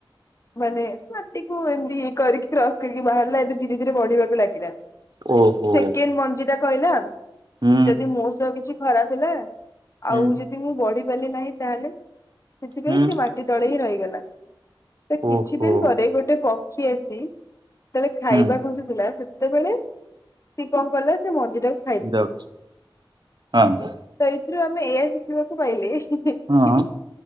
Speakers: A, on the left (about 35°); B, on the right (about 55°).
A: ମାନେ ମାଟିକୁ ଏମିତି ଇଏ କରିକି କ୍ରସ କରିକି ବାହାରିଲା ଏବେ ଧୀରେ ଧୀରେ ବଢିବାକୁ ଲାଗିଲା
B: ଓହୋ
A: ସେକଣ୍ଡ ମଞ୍ଜି ଟା କହିଲା
B: ହୁଁ
A: ଯଦି ମୋ ସହ କିଛି ଖରାପ ହେଲା
B: ହୁଁ
A: ଆଉ ଯଦି ମୁଁ ବଢି ପାରିଲି ନାହିଁ ତାହେଲେ ସେଥିପାଇଁ
B: ହୁଁ
A: ସେ ମାଟି ତଳେ ହିଁ ରହିଗଲା ତ କିଛି
B: ଓହୋ
A: ଦିନ ପରେ ଗୋଟେ ପକ୍ଷୀ ଆସି ଯେତେବେଳେ ଖାଇବାକୁ
B: ହୁଁ
A: ଥିଲା ସେତେବେଳେ ସିଏ କଣ କଲା ସେ ମଞ୍ଜି ଟା କୁ
B: ଯାଉଛି ହଁ
A: ତ ଏଇଥିରୁ ଆମେ ଏ ଶିଖିବାକୁ ପାଇଲେ କି
B: ହଁ